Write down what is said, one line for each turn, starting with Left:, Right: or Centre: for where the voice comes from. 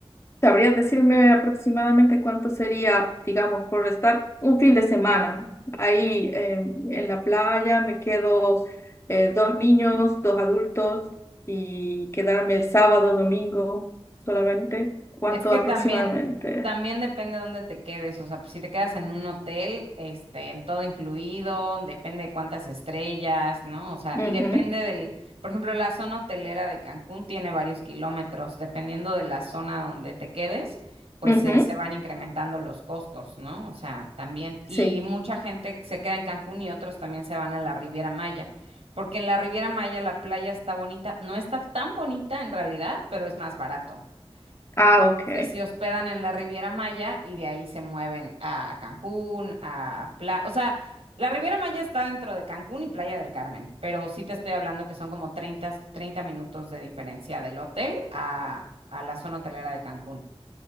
Left: ¿Sabrías decirme aproximadamente cuánto sería, digamos, por estar un fin de semana ahí eh, en la playa? Me quedo eh, dos niños, dos adultos y quedarme sábado, domingo solamente. ¿Cuánto
Right: Es que
Left: aproximadamente?
Right: también, también depende de dónde te quedes. O sea, pues, si te quedas en un hotel, este, en todo incluido, depende de cuántas estrellas, ¿no? O sea,
Left: Ujú,
Right: y depende del, por ejemplo, la zona hotelera de Cancún tiene varios kilómetros. Dependiendo de la zona donde te quedes, pues
Left: ujú,
Right: se, se van incrementando los costos, ¿no? O sea, también.
Left: Sí.
Right: Y mucha gente se queda en Cancún y otros también se van a la Riviera Maya. Porque en la Riviera Maya la playa está bonita, no está tan bonita en realidad, pero es más barato.
Left: Ah,
Right: Entonces
Left: ok.
Right: se hospedan en la Riviera Maya y de ahí se mueven a Cancún, a Playa. O sea, la Riviera Maya está dentro de Cancún y Playa del Carmen, pero sí te estoy hablando que son como treinta 30 minutos de diferencia del hotel a, a la zona hotelera de Cancún.